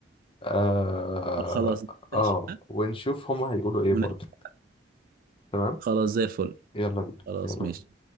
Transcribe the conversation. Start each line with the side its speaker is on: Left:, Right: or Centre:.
Left: اه,
Right: خلاص
Left: آه.
Right: ماشي
Left: ونشوف هما هيقولوا ايه
Right: ونختار
Left: برضه تمام
Right: خلاص زي الفل
Left: يلا بينا
Right: خلاص
Left: يلا
Right: ماشي
Left: بينا